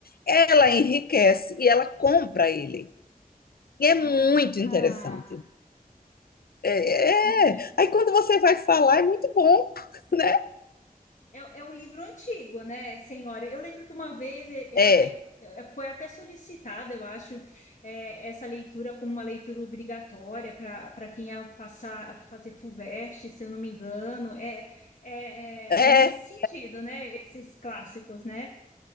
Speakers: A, on the left; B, on the left.
A: Ela enriquece e ela compra ele. E é
B: Ah,
A: muito interessante. É,
B: e,
A: é. Aí quando você vai falar, é muito bom, <laughs> né?
B: É, é um livro antigo, né, senhora? Eu lembro que uma vez eh, eu
A: É,
B: até que fu- eh, foi até solicitada, eu acho, eh, essa leitura como uma leitura obrigatória para para quem ia passar a fazer FUVEST, se eu não me engano. É, é,
A: é,
B: é, é nesse sentido, né? Esses clássicos, né?